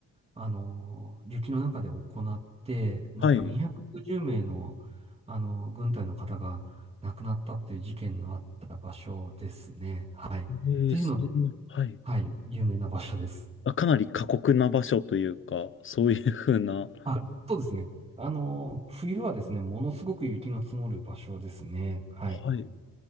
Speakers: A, on the right; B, on the left.
A: あのー雪の中で行って、まあ、
B: はい。
A: 250名の、あのー軍隊の方が亡くなったっていう事件のあった場所ですね。はい。っていうので、
B: ええ、そんな、はい。
A: はい、有名な場所です。
B: あ、かなり過酷な場所というか、そういうふうな、
A: あ、そうですね。あの、冬はですね、ものすごく雪の積もる場所ですね。はい。
B: はい、